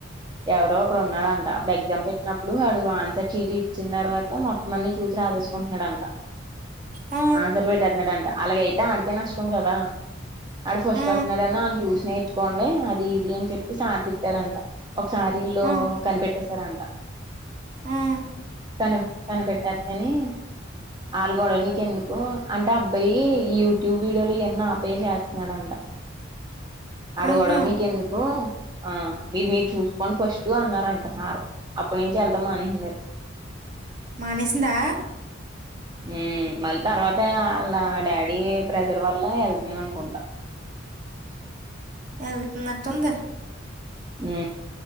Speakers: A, on the right; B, on the right.
A: ఎవరో ఒక్కడు ఉన్నారంట అప్పుడు ఎగ్జామ్ పెట్టినప్పుడు వాడు ఆన్సర్ చీటి ఇచ్చిన తర్వాత మొత్తం అన్ని చూసి రాజేసుకుంటున్నాడంటా
B: ఆ
A: ఆన్సర్లు పెట్టన్నాడంట అలాగైతే ఆడికే నష్టం కదా ఆడు ఫస్ట్
B: ఆ
A: వస్తున్నాడన్న ఆని చూసి నేర్చుకోండి అది ఇది అని చెప్పి సార్ తిట్టారంట ఒకసారి వీలు
B: ఆ
A: కనిపెట్టేశారంట
B: ఆ
A: కని కనిపెట్టద్దని ఆళ గొడవ నీకు ఎందుకు అంటే అబ్బాయి ఈ యూట్యూబ్ వీడియోలు ఇవన్న అబ్బాయే చేస్తున్నాడంట అడి
B: ఆహా!
A: గొడవ మీకెందుకు ఆ మీరు మీరు చూసుకోంని ఫస్ట్ అన్నారు అంట సారు అప్పటి నుంచి వెళ్తాం మానేసింది అది
B: మానేసిందా
A: ఉ మళ్ళీ తర్వాత వాళ్ళ డాడీ ప్రెజర్ వల్ల వెళ్తుంది అనుకుంటా
B: వెళ్తున్నట్టుంది
A: ఆ